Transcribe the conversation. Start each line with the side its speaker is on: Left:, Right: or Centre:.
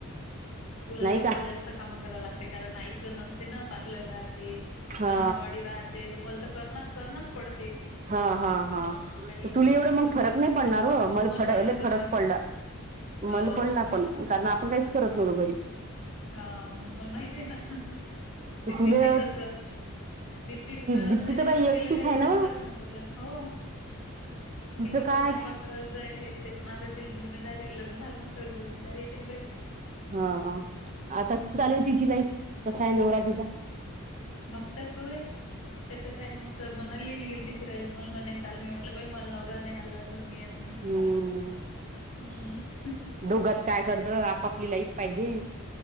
Left: तुला
Right: नाही
Left: तिथं
Right: का
Left: जास्त काम कराव लागते कारण आईस नसते ना पारलर राहात ते
Right: हा
Left: अंगणवाडी राहते तर मल तर कर करणच पड
Right: हा, हा, हा
Left: येऊ
Right: तुला एवढं मग फरक नाही पडणार हो मर मला
Left: काहीच
Right: लई फरक
Left: नाही पडत
Right: पडला
Left: हो
Right: मल पण ना पण कारण आपण काहीच करत होवतो घरी
Left: हा म म माहित आहे ना दीप्तीच
Right: तुला
Left: ही तसच दीप्ती करत
Right: दीप्ती
Left: जाय
Right: बाई
Left: तर मग
Right: एकटीच
Left: तिला काही
Right: आहे
Left: एवढा
Right: ना
Left: फरक नाही पडला हो
Right: तिचं
Left: ती फक्त
Right: काय
Left: स्वयंपाक करात जाय हे ते म आता तिला जिमेदारी लग्न झालं म्हटल्यावर जिम्मेदारी येेतेन बाई
Right: हा, हा आता कशी चालू आहे तिची लाईफ कसा आहे नवरा तिचा
Left: मस्त आहे सुरू आहे ते तर काय मस्त मनालील गेल ती फिरायला म चाल मी म्हटलं बा मला नवरा नाही आलत अजून मी येत नाही
Right: हम्म
Left: हम्म
Right: दोघात काय करतं आपापली लाईफ पाहिजे